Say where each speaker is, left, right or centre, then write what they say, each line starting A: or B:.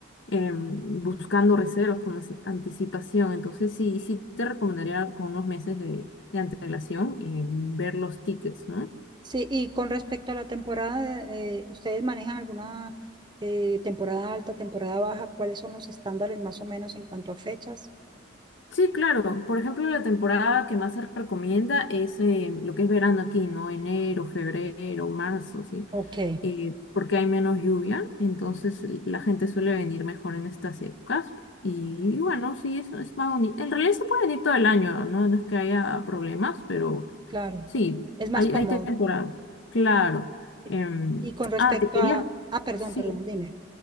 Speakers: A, on the left; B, on the right.
A: em, buscando reservas con as- anticipación. Entonces, sí, sí te recomendaría con unos meses de, de antelación em, ver los tickets, ¿no?
B: Sí, y con respecto a la temporada, eh, ¿ustedes manejan alguna eh, temporada alta, temporada baja? ¿Cuáles son los estándares más o menos en cuanto a fechas?
A: Sí, claro. Por ejemplo, la temporada que más se recomienda es eh, lo que es verano aquí, ¿no? Enero, febrero, marzo, ¿sí?
B: Ok,
A: Eh, porque hay menos lluvia, entonces l- la gente suele venir mejor en estas épocas. Y, y bueno, sí, eso es más bonito. En realidad se puede venir todo el año, ¿no? No es que haya problemas, pero
B: claro.
A: Sí,
B: Es más
A: hay,
B: cómodo.
A: hay temporada, claro.
B: Y
A: Em,
B: y con respecto
A: ah, te quería,
B: a... Ah, perdón,
A: sí.
B: perdón, dime.